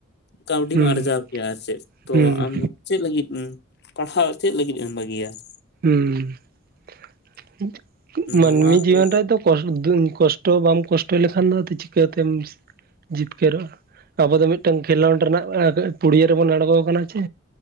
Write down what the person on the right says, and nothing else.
ᱦᱩᱸ
ᱦᱩᱸ
ᱦᱩᱸ ᱢᱟᱹᱱᱢᱤ
ᱡᱤᱵᱚᱱ ᱨᱮᱫᱚ ᱠᱚᱥᱴᱚ ᱵᱟᱢ ᱠᱚᱥᱴᱚ ᱞᱮᱠᱷᱟᱱ ᱫᱚ ᱪᱤᱠᱟᱹᱛᱮᱢ ᱡᱤᱛᱠᱟᱹᱨᱚᱜᱼᱟ ᱾ ᱟᱵᱚ ᱫᱚ ᱢᱤᱫᱴᱟᱝ ᱠᱷᱮᱞᱳᱰ ᱨᱮᱱᱟᱜ ᱯᱩᱲᱤᱭᱟᱹ ᱨᱮᱵᱚᱱ ᱟᱬᱜᱚ ᱟᱠᱟᱱᱟ ᱥᱮ